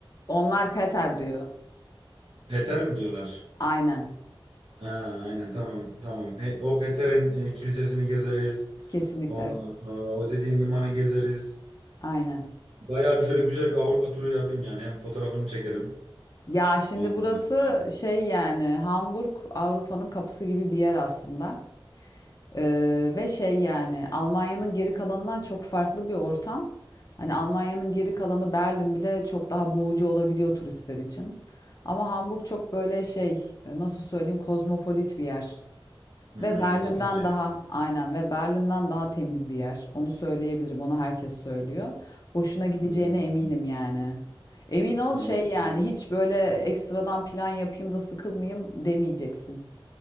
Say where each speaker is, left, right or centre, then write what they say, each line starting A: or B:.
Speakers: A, on the left; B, on the right.
A: Onlar Peter diyor.
B: Peter mi diyorlar?
A: Aynen.
B: Ha, aynen tamam tamam. He, o Peter'in e, kilisesini gezeriz.
A: Kesinlikle.
B: Ondan sonra o dediğin limanı gezeriz.
A: Aynen.
B: Bayağı bir şöyle güzel bir Avrupa turu yapayım yani. Hem fotoğrafını çekerim.
A: Ya şimdi
B: Ondan
A: burası
B: sonra-
A: şey yani Hamburg Avrupa'nın kapısı gibi bir yer aslında. Ee, ve şey yani Almanya'nın geri kalanından çok farklı bir ortam. Hani Almanya'nın geri kalanı Berlin bile çok daha boğucu olabiliyor turistler için. Ama Hamburg çok böyle şey e, nasıl söyleyeyim kozmopolit bir yer.
B: Hmm,
A: Ve Berlin'den
B: tatlı bir yer.
A: daha aynen ve Berlin'den daha temiz bir yer. Onu söyleyebilirim. Onu herkes söylüyor. Hoşuna gideceğine
B: Hmm.
A: eminim yani. Emin ol
B: Tamam.
A: şey yani
B: tamam.
A: hiç böyle ekstradan plan yapayım da sıkılmayayım demeyeceksin.